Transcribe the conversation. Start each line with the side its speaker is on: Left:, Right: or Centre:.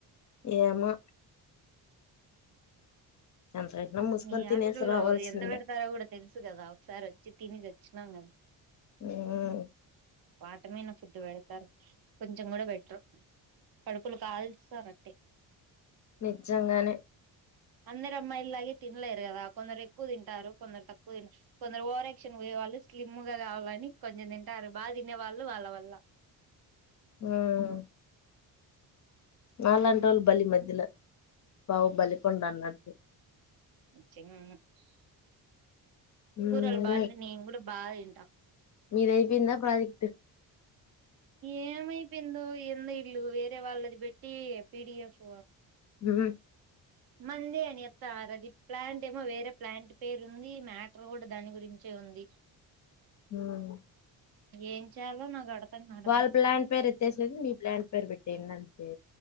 Left: ఏమో. ఎంత పెట్టినా మూసుకొని
Right: మీ
Left: తినేసి
Right: హాస్టల్లో
Left: రావాల్సిందే
Right: ఎంత పెడతారో కూడా తెలుసు కదా. ఒకసారి వచ్చి తినిసచ్చు. నాంగ.
Left: ఉమ్.
Right: వాటర్ మీద ఫుడ్డు పెడతారు. కొంచెం కూడా పెట్టారు కడుపులు కాలుస్తారు అట్టే.
Left: నిజంగానే.
Right: అందరూ అమ్మాయి లాగే తినలేరు కదా కొందరు ఎక్. క్కు తింటారు కొందరు తక్కు. పో కొందరు ఓవరాక్షన్ పోయేవాళ్ళు స్లిమ్ గా కావాలని కొంచం తింటరు. బాగా తినే వాళ్ళు వాళ్ళ వల్ల.
Left: ఉమ్. నాలాంటోలు బలి మధ్యలో. బాహుబలి కొండ అన్నట్లు.
Right: చింగ్.
Left: ఉమ్
Right: కూరలు బావుంటే నేను కూడా బాగా తిం. ట
Left: మీది అయిపోయిందా ప్రాజెక్టు.
Right: ఏమైపోయిందో ఎందో వీల్లు వేరే వాళ్ళది పెట్టి పిడిఎఫ్.
Left: ఊహ్మ్
Right: మంది అని అత్త రది ప్లాంట్ ఏమో వేరే ప్లాంట్ పేరు ఉంది. మ్యాటర్ కూడా దాని గురించే ఉంది.
Left: ఊమ్
Right: ఏం చేయాలో నాకు అర్థం కావడం
Left: వాళ్ళ ప్లాంట్ పేరు ఎత్తేసేది మీ ప్లాంట్ పేరు పెట్టేయండి అంతే. అంతే.